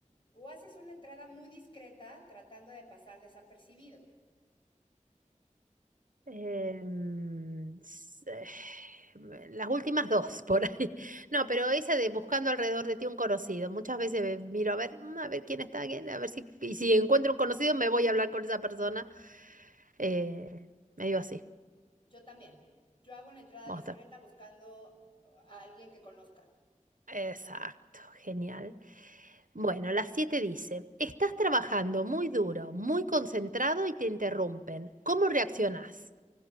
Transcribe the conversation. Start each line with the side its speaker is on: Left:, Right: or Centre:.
Left: o haces una entrada muy discreta tratando de pasar desapercibido.
Right: Em, s- eh, las últimas dos por ahí. <laughs> No, pero esa de buscando alrededor de ti un conocido. Muchas veces ve- miro a ver, mm, a ver quién está, quién, a ver si, y si encuentro un conocido me voy a hablar con esa persona. Eh, medio así.
Left: Yo también. Yo hago una entrada
Right: Vamos
Left: discreta
Right: a-
Left: buscando a alguien que conozca.
Right: ver. Exacto, genial. Bueno, las siete dice, estás trabajando muy duro, muy concentrado y te interrumpen. ¿Cómo reaccionás?